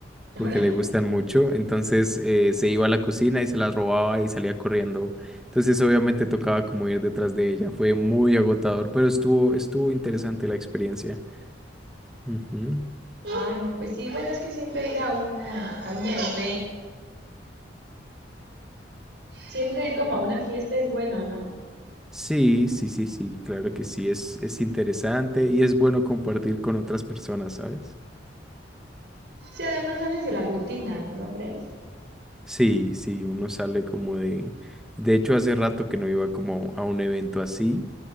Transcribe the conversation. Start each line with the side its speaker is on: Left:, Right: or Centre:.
Right: Ahora,
Centre: porque le gustan mucho. Entonces, eh, se iba a la cocina y se las robaba y salía corriendo. Entonces, obviamente tocaba como ir detrás de ella. Fue muy agotador, pero estuvo, estuvo interesante la experiencia. Ujú.
Right: ay, no, pues sí, bueno, es que siempre ir a una, a un evento, siempre ir como a una fiesta es bueno, ¿no?
Centre: Sí, sí, sí, sí, claro que sí, es, es interesante y es bueno compartir con otras personas, ¿sabes?
Right: Sí, además sales de la rutina, ¿no? ¿No crees?
Centre: Sí, sí, uno sale como de... De hecho, hace rato que no iba como a un evento así